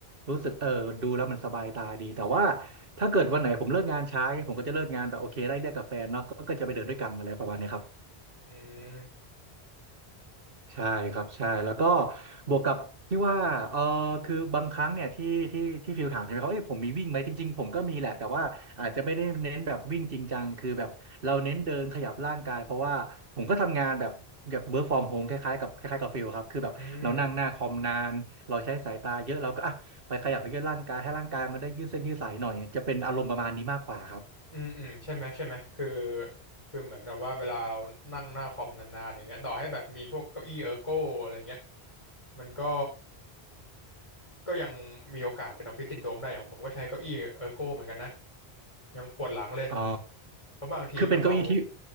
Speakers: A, on the right (about 60°); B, on the left (about 30°).
A: รู้สึกเออดูแล้วมันสบายตาดีแต่ว่าถ้าเกิดวันไหนผมเลิกงานช้าเนี่ยผมก็จะเลิกงานแบบโอเคไล่เรียกกับแฟนเนาะก็ก็จะไปเดินด้วยกันอะไรประมาณเนี้ยครับ
B: อืม
A: ใช่ครับใช่แล้วก็บวกกับที่ว่าเออคือบางครั้งเนี่ยที่ที่ที่ฟิลถามใช่ไหมครับเอ้ยผมมีวิ่งไหมจริงๆผมก็มีแหละแต่ว่าอาจจะไม่ได้เน้นแบบวิ่งจริงจังคือแบบเราเน้นเดินขยับร่างกายเพราะว่าผมก็ทำงานแบบแบบเ o r ร์กฟอร์มโฮมคล้ายๆกับคล้ายๆกับฟิลครับคือแบบเรานั่งหน้าคอมนานเราใช้สายตาเยอะเราก็อ่ะไปขยับไปยืดร่างกายให้ร่างกายมันได้ยืดเส้นยืดสายหน่อยจะเป็นอารมณ์ประมาณนี้มากกว่าครับ
B: อืมอืมอืมใช่ไหมใช่ไหมคือคือเหมือนแบบว่าเวลาเรานั่งหน้าคอมนานๆอย่างเงี้ยต่อให้แบบมีพวกเก้าอี้เออร์โก้อะไรเงี้ยมันก็ก็ยังมีโอกาสเป็นออฟฟิศซินโดรมได้อย่างผมก็ใช้เก้าอี้เออร์โก้เหมือนกันนะยังปวดหลังเลย
A: อ๋อ
B: เพราะบางทีแบบเรา
A: คือเป็นเก้าอี้ที่